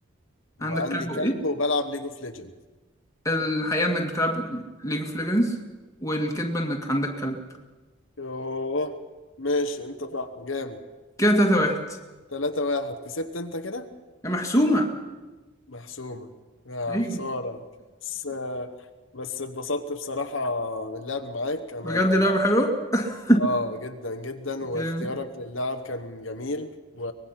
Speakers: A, on the left; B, on the left.
A: وعندي
B: عندك كلب وايه
A: كلب وبلعب ليج اوف ليجندز
B: الحقيقة إنك بتلعب ليج اوف ليجندز والكذبة إنك عندك كلب
A: يوه ماشي انت صح جامد
B: كده تلاتة واحد
A: ثلاثة واحد كسبت انت كده
B: يا محسومة
A: محسومة يا
B: أيوه
A: خسارة بس بس اتبسطت بصراحة من اللعب معاك أنا
B: بجد لعبة حلوة <laughs>
A: آه جدا جدا واختيارك
B: جامد
A: للعب كان جميل و...